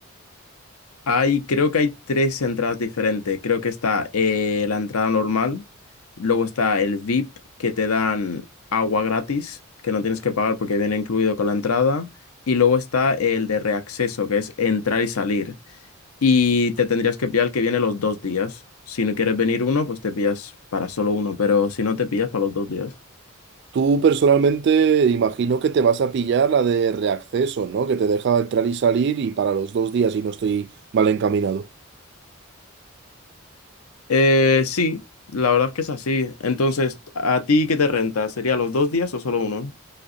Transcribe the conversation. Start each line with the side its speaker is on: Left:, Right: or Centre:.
Left: Hay, creo que hay tres entradas diferentes. Creo que está eh, la entrada normal, luego está el VIP que te dan agua gratis, que no tienes que pagar porque viene incluido con la entrada, y luego está el de reacceso, que es entrar y salir. Y te tendrías que pillar el que viene los dos días. Si no quieres venir uno, pues te pillas para solo uno, pero si no te pillas para los dos días.
Right: Tú personalmente imagino que te vas a pillar la de reacceso, ¿no? Que te deja entrar y salir y para los dos días y no estoy mal encaminado.
Left: Eh, sí, la verdad es que es así. Entonces, ¿a ti qué te renta? ¿Sería los dos días o solo uno?